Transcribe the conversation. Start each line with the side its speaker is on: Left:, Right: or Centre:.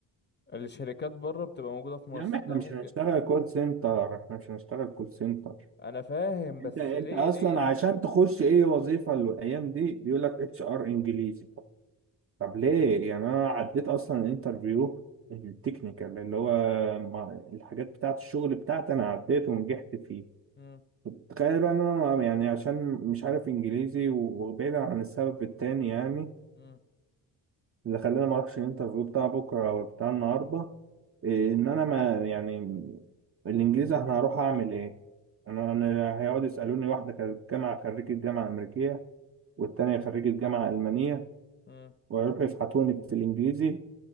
Left: الشركات بره بتبقى موجودة في مصر
Right: يا عم احنا
Left: ده
Right: مش
Left: ممكن
Right: هنشتغل كول سنتر احنا مش هنشتغل كول سنتر
Left: أنا فاهم بس
Right: انت انت
Left: ليه
Right: اصلا
Left: ليه
Right: عشان تخش اي وظيفه الايام دي بيقول لك اتش ار انجليزي طب ليه يعني انا عديت اصلا الانترفيو التكنيكال اللي هو مع- الحاجات بتاعه الشغل بتاعتي انا عديت ونجحت فيه
Left: مم.
Right: تخيل بقى ان انا يعني عشان مش عارف انجليزي و- وبعيدا عن السبب التاني يعني
Left: مم.
Right: اللي خلاني ما اروحش الانترفيو بتاع بكره او بتاع النهارده إيه، ان انا ما يعني الانجليزي انا هروح اعمل ايه انا انا هيقعدوا يسالوني واحده كانت جامعه خريجه جامعه امريكيه والتانيه خريجه جامعه المانيه
Left: مم.
Right: ويروحوا يفحطوني في الانجليزي